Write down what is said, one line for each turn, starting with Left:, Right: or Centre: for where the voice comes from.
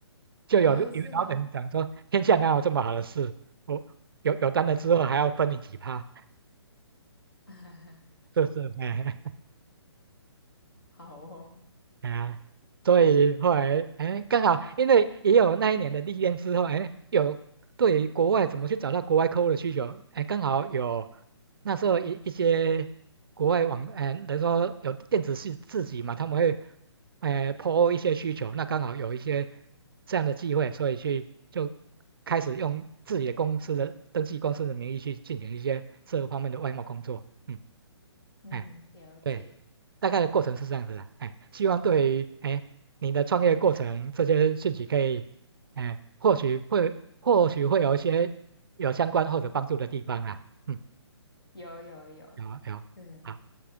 Right: 就有的有的老板讲说天下哪有这么好的事，
Left: 哦，是吗？
Right: 我有有单了之后还要分你几趴。
Left: <laughs> 哈哈
Right: <laughs> 是不是？哎哎
Left: 好哦。
Right: 哎呀，所以后来哎，刚好因为也有那一年的历练之后，哎，有对于国外怎么去找到国外客户的需求，哎，刚好有那时候一一些国外网，哎，等于说有电子系自己嘛，他们会哎 po 一些需求，那刚好有一些这样的机会，所以去就开始用自己的公司的登记公司的名义去进行一些这方面的外贸工作，嗯，
Left: 嗯，
Right: 哎，
Left: 了解，
Right: 对。大概的过程是这样子的，哎，希望对于哎你的创业过程这些兴息可以，哎，或许会或许会有一些有相关或者帮助的地方啦，嗯，
Left: 有有有，
Right: 有有，
Left: 嗯，
Right: 好，